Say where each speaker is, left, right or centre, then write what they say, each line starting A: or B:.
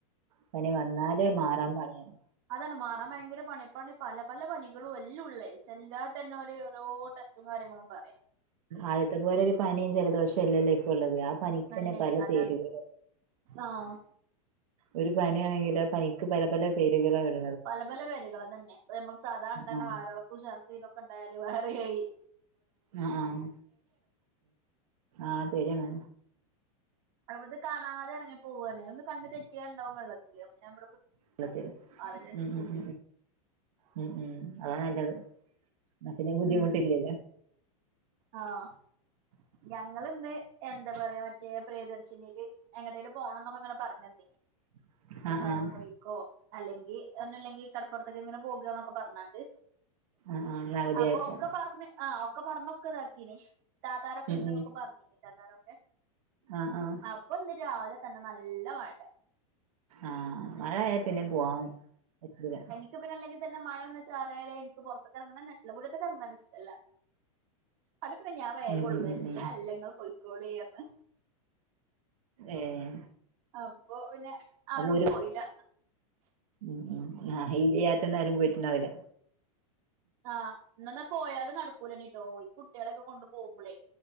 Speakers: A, on the right; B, on the right.
A: പനി വന്നാല് മാറാൻ പണിയാണ്.
B: അതാണ് മാറാൻ ഭയങ്കര പണിയാ ഇപ്പാണെങ്കി പല പല പനികളും എല്ലൊം ഉള്ളേ ചെല്ലാ തന്നെ ഓര് ഓരോ ടെസ്റ്റും കാര്യങ്ങളും പറയ
A: ആദ്യത്തെ പോലെ ഒരു പനിയും ജലദോഷല്ലല്ലോ ഇപ്പോ ഉള്ളത് ആ പനിക്കെന്നെ
B: നല്ലേ
A: പല
B: അതാണ്
A: പേരുകള്
B: ആഹ്
A: ഒരു പനിയാണെങ്കിലോ പനിക്ക് പല പല പേരുകളാ ഇവടെ
B: പല പല പേരുകൾ തന്നെ നമ്മക്ക് സാദാ ഇണ്ടാവണ
A: ആ
B: വയറളക്കം ചർദി ഇതൊക്കെ ഉണ്ടായാലും വയർ കയുകി
A: അ ആഹ് ആഹ് ശരിയാണ്
B: അവിത് കാണാതെ എറങ്ങി പോവാണെ ഒന്ന് കണ്ണ് തെറ്റിയാണ്ടാവും വെള്ളത്തില് അപ്പോ ഞാൻ ഇബടെ പുടിച്ച്
A: വെള്ളത്തിന്
B: ത വാതിലടച്ച്
A: ഉം ഉം
B: പൂട്ടി
A: ഉം ഉം ഉം അതാ നല്ലത് ന്നാ പിന്നെ ബുദ്ധിമുട്ടില്ലല്ലോ
B: ഉം ആഹ് ഞാൻ ങ്ങളിന്ന് എന്താ പറയാ മറ്റേ പ്രിയദർശിനിൽ എങ്ങട്ടേലും പോണന്നൊക്കെങ്ങനെ പറഞ്ഞന്നി
A: <inaudible>
B: അക്കാഡം
A: ആഹ്
B: പോയിക്കോ അല്ലെങ്കി ഒന്നുല്ലെങ്കി കടപ്പുറത്ത്ക്കെങ്ങിലും പോകാന്നൊക്കെ പറഞ്ഞ ത്
A: ആഹ് ആഹ് ഇന്ന് അവധിയായപ്പോ
B: അപ്പൊ ഒക്കെ പറണ് ആഹ് ഒക്കെ പറഞ്ഞൊക്കെ ഇതാ അക്കീന് താത്താരൊക്കെ
A: ഉം
B: ഇണ്ട്
A: ഉം
B: എന്നൊക്കെ പറഞ്ഞീഞ് ഇത്താത്താരൊക്കെ
A: ആഹ് ആഹ്
B: അപ്പാ ഇന്ന് രാവിലെ തന്നെ നല്ലാ മഴാ
A: ആഹ് മഴ ആയാ പിന്നെ പോവാൻ പറ്റുല്ലാ
B: ഇക്ക് പിന്നെ അല്ലെങ്കി തന്നെ മഴ ഒന്ന് ചാറാലേ എനിക്ക് പൊറത്ത് എറങ്ങണന്നേ ഇഷ്ടാല്ലാ മുട്ടത്തക്ക് എറങ്ങന്നെന്നെ ഇഷ്ടല്ല
A: <inaudible>
B: പലാപ്പൊഴെ ഞാൻ വേഗുളു
A: ഉം ഉം
B: <unintelligible>
A: ഉം ഉം
B: അല്ലെങ്കി ഇങ്ങള് പൊയ്ക്കോളിറഞ്
A: ഏഹ്
B: അപ്പൊ പിന്നെ
A: അപ്പൊ
B: ആരും
A: ഒരു
B: പോയില
A: ഉം ഉം ആഹ് <unintelligible> ആരും പോയിട്ടുണ്ടാവൂല
B: ആഹ് ഇന്ന് എന്നെ പോയാലും നടക്കൂല്ലാ എനിട്ടോ ഈ കുടട്ട്യേളൊക്കെ കൊണ്ട് പോമ്പോളേ